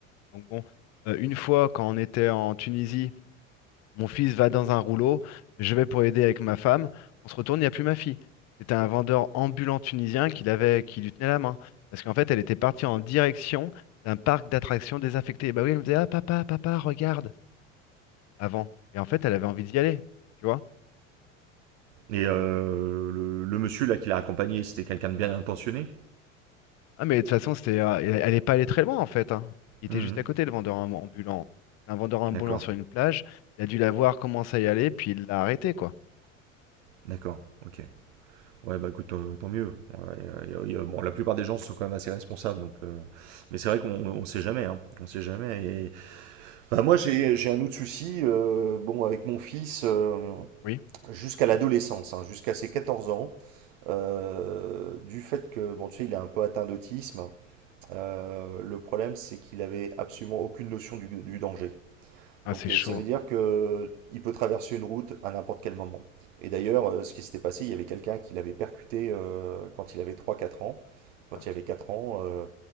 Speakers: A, on the left (about 45°); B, on the right (about 65°).
A: Donc bon, euh, une fois, quand on était en Tunisie, mon fils va dans un rouleau, je vais pour aider avec ma femme. On se retourne, il n'y a plus ma fille. C'était un vendeur ambulant tunisien qui l'avait, qui lui tenait la main. Parce qu'en fait, elle était partie en direction d'un parc d'attractions désaffecté. Et bah oui, elle me disait, Ah papa, papa, regarde, avant. Et en fait, elle avait envie d'y aller, tu vois.
B: Et euh, le, le monsieur là qui l'a accompagné, c'était quelqu'un de bien intentionné?
A: Ah mais de toute façon, c'était, euh, elle elle est pas allée très loin en fait. hein. Il était
B: Mhm.
A: juste à côté, le vendeur am- ambulant. C'est Un vendeur ambulant
B: D'accord.
A: sur une plage, il a dû la voir commencer à y aller, puis il l'a arrêté, quoi.
B: D'accord, ok. Ouais, bah écoute, euh, tant mieux. Ouais, y a- y a- y a- bon, la plupart des gens sont quand même assez responsables, donc. euh, Mais c'est vrai qu'on on sait jamais, hein. On sait jamais. Et... Bah moi, j'ai j'ai un autre souci. euh, bon, avec mon fils, euh,
A: Oui.
B: jusqu'à l'adolescence, hein, jusqu'à ses 14 ans, euh, du fait que, bon, tu sais, il est un peu atteint d'autisme. euh, le problème, c'est qu'il avait absolument aucune notion du, du danger.
A: Ah
B: Donc
A: c'est chaud.
B: euh, ça veut dire que euh, il peut traverser une route à n'importe quel moment. Et d'ailleurs, euh, ce qui s'était passé, il y avait quelqu'un qui l'avait percuté euh, quand il avait trois, quatre ans, quand
A: Oh là-
B: il avait 4 ans, euh,